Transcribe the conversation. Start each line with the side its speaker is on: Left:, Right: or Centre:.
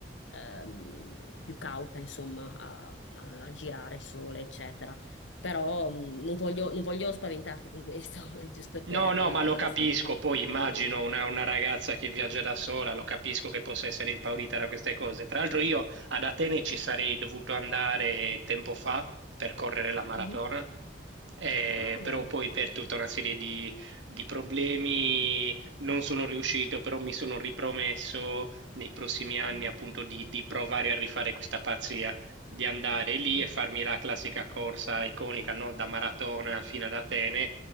Left: ehm, più cauta, insomma, a, a- a girare sola, eccetera. Però mh, non voglio, non voglio spaventarti con questo, <laughs> è giusto
Right: No,
Left: per,
Right: no,
Left: eh,
Right: ma lo capisco,
Left: insomma, raccontarti.
Right: poi immagino una, una ragazza che viaggia da sola, lo capisco che possa essere impaurita da queste cose. Tra l'altro io ad Atene ci sarei dovuto andare tempo fa per correre la maratona,
Left: Mhm.
Right: eh,
Left: Ah,
Right: però poi per tutta una serie di, di problemi non sono riuscito, però mi sono ripromesso nei prossimi anni
Left: mhm.
Right: appunto di, di provare a rifare questa pazzia, di andare lì
Left: Mhm.
Right: e farmi la classica corsa iconica, no? Da maratona fino ad Atene